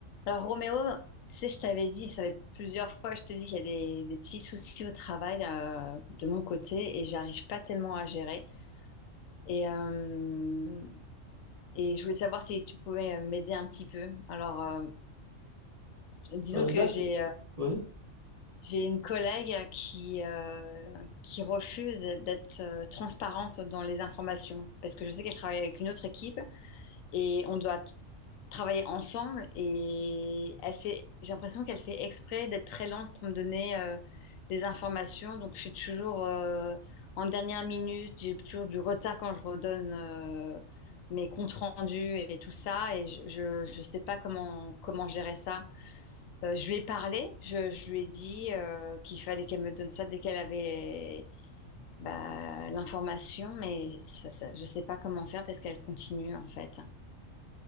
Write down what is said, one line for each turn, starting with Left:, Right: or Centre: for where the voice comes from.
Left: Alors Roméo, tu sais, je t'avais dit, ça fait plusieurs fois, je te dis qu'il y a des, des petits soucis au travail euh, de mon côté et j'arrive pas tellement à gérer. Et, euh, et je voulais savoir si tu pouvais m'aider un petit peu. Alors, euh, disons
Right: Euh,
Left: que
Right: d'accord.
Left: j'ai euh,
Right: Oui.
Left: j'ai une collègue qui, euh, qui refuse d'être d'être, euh, transparente dans les informations parce que je sais qu'elle travaille avec une autre équipe et on doit travailler ensemble et elle fait, j'ai l'impression qu'elle fait exprès d'être très lente pour me donner euh, les informations. Donc je suis toujours euh, en dernière minute, j'ai toujours du retard quand je redonne euh, mes comptes rendus et tout ça et je je je sais pas comment comment gérer ça. Euh, je lui ai parlé, je, je lui ai dit euh, qu'il fallait qu'elle me donne ça dès qu'elle avait bah, l'information, mais ça, ça, je sais pas comment faire parce qu'elle continue en fait.